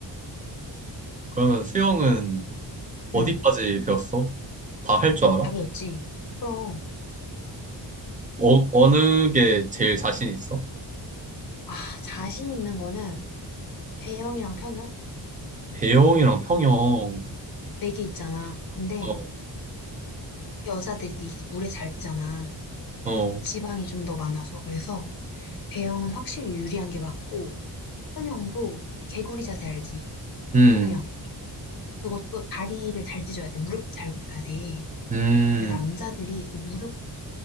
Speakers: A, on the right (about 20°); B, on the left (about 55°).
A: 그러면 수영은 어디까지
B: 응,
A: 배웠어? 다 할 줄 알아?
B: 답이 없지. 그럼,
A: 어, 어느 게 제일 자신 있어?
B: 아, 자신 있는 거는 배영이랑 평영?
A: 배영이랑 평영.
B: 네 개 있잖아. 근데
A: 어,
B: 여자들이 이제 물에 잘 뜨잖아.
A: 어.
B: 지방이 좀 더 많아서. 그래서 배영은 확실히 유리한 게 맞고, 평영도 개구리 자세 알지?
A: 음,
B: 평영. 그것도 다리를 잘 찢어야 돼. 무릎 잘 굽혀야 돼.
A: 음,
B: 근데 남자들이 그 무릎